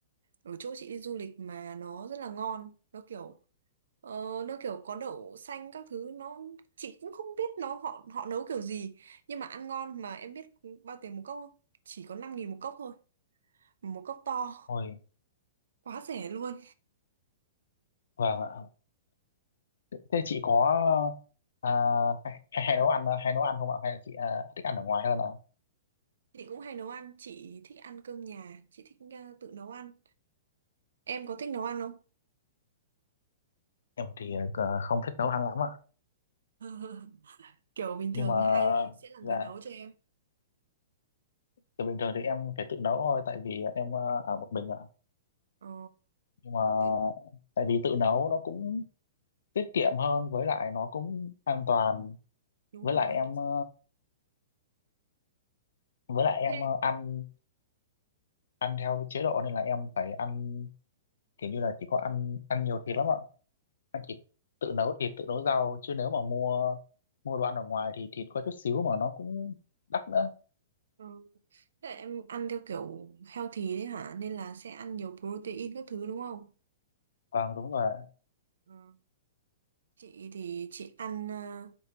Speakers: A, on the right; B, on the left.
A: ở chỗ chị đi du lịch mà nó rất là ngon nó kiểu ờ, nó kiểu có đậu xanh các thứ nó chị cũng không biết nó họ họ nấu kiểu gì nhưng mà ăn ngon mà em biết bao tiền một cốc không chỉ có năm nghìn một cốc thôi một cốc to
B: ôi
A: quá rẻ luôn
B: vâng ạ thế chị có à, hay, hay nấu ăn hay nấu ăn không ạ hay là chị à, thích ăn ở ngoài hơn ạ
A: chị cũng hay nấu ăn chị thích ăn cơm nhà chị thích ờ, tự nấu ăn em có thích nấu ăn không
B: em thì ờ, cờ- không thích nấu ăn lắm ạ
A: <laughs> Kiểu bình
B: nhưng
A: thường
B: mà
A: ai sẽ là người
B: dạ
A: nấu cho em?
B: từ bình thường thì em phải tự nấu thôi tại vì em ờ, ở một mình ạ
A: Ờ,
B: nhưng mà
A: Tự nhiên-
B: tại vì tự nấu nó cũng tiết kiệm hơn với lại nó cũng an toàn
A: đúng
B: với
A: rồi.
B: lại em ờ, với lại em
A: Thế
B: ờ, ăn ăn theo chế độ nên là em phải ăn kiểu như là chỉ có ăn ăn nhiều thịt lắm ạ ăn chỉ tự nấu thịt tự nấu rau chứ nếu mà mua mua đồ ăn ở ngoài thì thịt có chút xíu mà nó cũng đắt nữa
A: Ừ. Thế là em ăn theo kiểu healthy đấy hả? Nên là sẽ ăn nhiều protein các thứ đúng không?
B: vâng đúng rồi ạ.
A: Ừ. Chị thì chị ăn ờ,